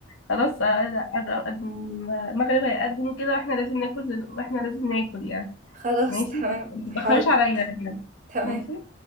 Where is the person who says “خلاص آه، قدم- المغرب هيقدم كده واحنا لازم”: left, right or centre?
Left